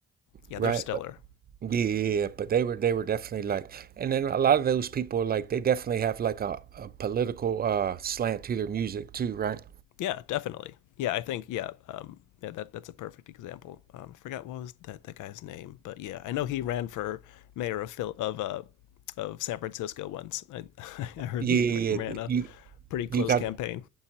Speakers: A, on the left; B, on the right.
A: yeah,
B: right?
A: they're stellar.
B: Yeah, yeah, yeah, but they were they were definitely like, and then a lot of those people like they definitely have like a, a political uh slant to their music too, right?
A: Yeah, definitely. Yeah, I think yeah, um, yeah that that's a perfect example. Um, I forgot what was that that guy's name, but yeah, I know he ran for mayor of Phil of uh of San Francisco once. I, <laughs> I heard
B: Yeah,
A: he ran a
B: you
A: pretty close
B: you got
A: campaign.